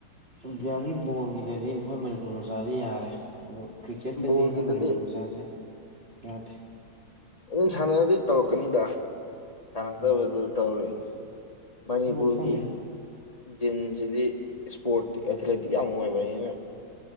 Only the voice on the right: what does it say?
ꯏꯟꯗꯤꯌꯥꯒꯤ ꯕꯣꯜꯒꯤꯗꯗꯤ ꯑꯩꯈꯣꯏ ꯃꯅꯤꯄꯨꯔ ꯃꯆꯥꯗꯤ ꯌꯥꯔꯦ ꯑꯗꯣ ꯀ꯭ꯔꯤꯀꯦꯠꯇꯗꯤ
ꯑꯩꯈꯣꯏ ꯃꯅꯤꯄꯨꯔ ꯃꯖꯥꯁꯦ ꯌꯥꯗꯦ꯫
ꯎꯝ
ꯑꯗꯣ ꯈꯪꯗꯦ